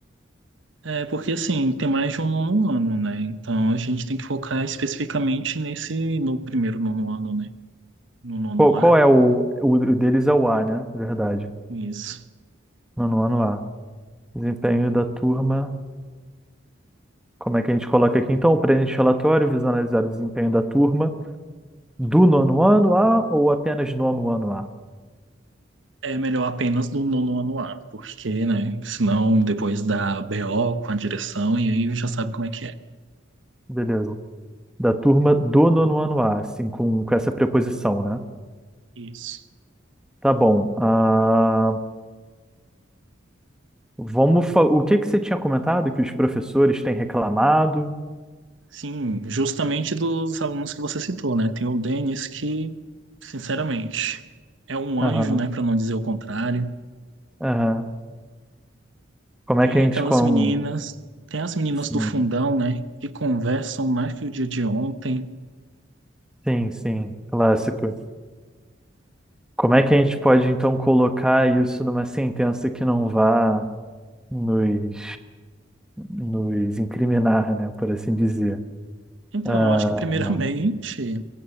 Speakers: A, on the right; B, in the centre.
A: é porque assim, tem mais de um nono ano, né? Então a gente tem que focar especificamente nesse no primeiro nono ano, né? No nono
B: Qual, qual
A: A.
B: é o, o. o deles é o A, né? Verdade.
A: Isso.
B: Nono ano A. Desempenho da turma. Como é que a gente coloca aqui? Então, o presente relatório visa analisar o desempenho da turma do nono ano A ou apenas nono ano A?
A: É melhor apenas do nono ano A, porque, né? Senão depois dá BO com a direção e aí já sabe como é que é.
B: Beleza. Da turma do nono ano A, assim, com, com essa preposição, né?
A: Isso.
B: Tá bom. Ah, Vamos fa- O que que você tinha comentado que os professores têm reclamado?
A: Sim, justamente dos alunos que você citou, né? Tem o Denis que, sinceramente, é um
B: Aham,
A: anjo, né? Para não dizer o contrário.
B: aham. Como
A: Tem
B: é que a gente
A: aquelas
B: com...
A: meninas, tem as meninas
B: Sim,
A: do fundão, né? Que conversam mais que o dia de ontem.
B: sim, sim, clássico. Como é que a gente pode então colocar isso numa sentença que não vá nos, nos incriminar, né, por assim dizer?
A: Então,
B: Ah,
A: eu acho que primeiramente
B: não.